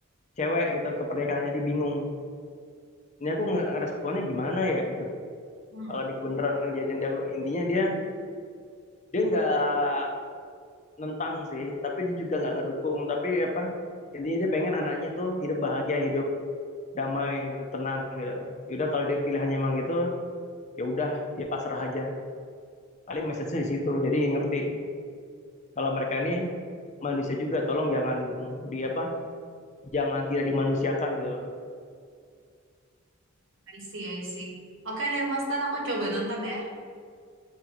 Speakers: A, on the left (about 35°); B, on the right (about 65°).
A: cewek gitu ke pernikahannya dia bingung. Ini aku nge- ngeresponnya gimana ya gitu.
B: Hmm.
A: Kalau ini kebenaran kejadian dia aku intinya dia dia nggak nentang sih, tapi dia juga nggak ngedukung. Tapi apa intinya dia pengen anaknya tuh hidup bahagia, hidup damai, hidup tenang gitu. Yaudah kalau dia pilihannya emang gitu, ya udah dia pasrah aja. Paling message-nya di situ. Jadi ngerti kalau mereka ini manusia juga tolong jangan di apa jangan tidak dimanusiakan gitu
B: I see, I see. Oke deh, Mas. Ntar aku coba nonton ya.